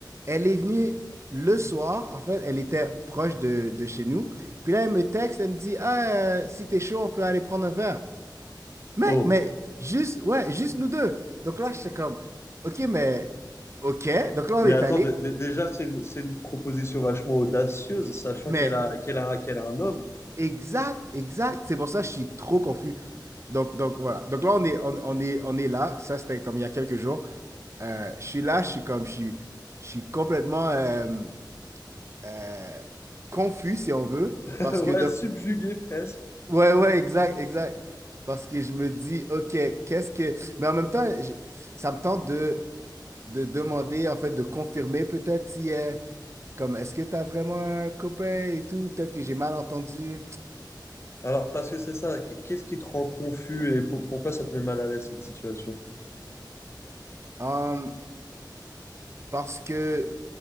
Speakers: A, on the right; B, on the left.
A: elle est venue le soir, en fait, elle était proche de, de chez nous. Puis là, elle me texte, elle me dit, ah, euh, si t'es chaud, on peut aller prendre un verre. Mec,
B: Oh.
A: mais juste, ouais, juste nous deux. Donc là, j'étais comme, OK, mais OK. Donc là, on
B: Mais
A: est
B: attends,
A: allé,
B: dé- dé- déjà, c'est une, c'est une proposition vachement audacieuse, sachant
A: mais
B: qu'elle a, qu'elle a, qu'elle a un homme.
A: exact, exact. C'est pour ça que je suis trop confus. Donc, donc voilà. Donc là, on est, on, on est, on est là. Ça, c'était comme il y a quelques jours. Euh, je suis là, je suis comme, je suis, je suis complètement euh, euh, confus, si on veut.
B: <laughs>
A: Parce que,
B: Ouais,
A: donc,
B: subjugué presque.
A: ouais, ouais, exact, exact. Parce que je me dis, OK, qu'est-ce que. Mais en même temps, je- ça me tente de. de demander, en fait, de confirmer peut-être si, euh, comme, est-ce que t'as vraiment un copain et tout? Peut-être que j'ai mal entendu.
B: Alors, parce que c'est ça, qu- qu'est-ce qui te rend confus et pour- pourquoi ça te met mal à l'aise cette situation?
A: Hum, parce que